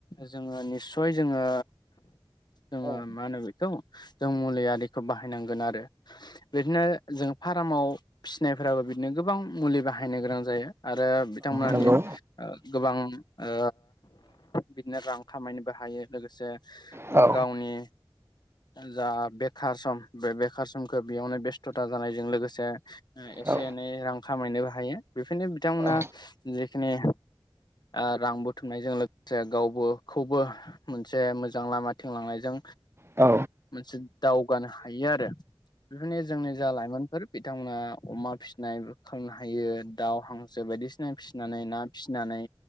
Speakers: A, on the left; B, on the right.
A: जोङो निस्सय जोङो जोङो
B: औ
A: मा होनो बेखौ जों मुलि आरिखौ बाहायनांगोन आरो बिदिनो जों फार्माव फिसिनायफोराबो बिदिनो गोबां मुलि बाहायनो गोनां जायो। आरो बिथांमोनानि
B: नंगौ
A: ओ गोबां ओ बिदिनो रां खामायनोबो हायो। लोगोसे उम
B: औ औ
A: गावनि जा बेखार सम बे बेखार समखो बेयावनो बेस्थ'था जानायजों लोगोसे एसे
B: औ
A: एनै रां खामायनोबो हायो बेखायनो बिथांमोना
B: औ
A: जिखिनि ओ रां बुथुमनायजों लोगोसे गावबो खौबो मोनसे मोजां लामाथिं लांनायजों
B: औ
A: मोनसे दाव गानो हायो आरो। बेफोरनि जोंनि जा लाइमोनफोर बिथांमोना अमा फिनाय खालामनो हायो दाउ हांसो बायदिसिना फिनानै ना फिनानै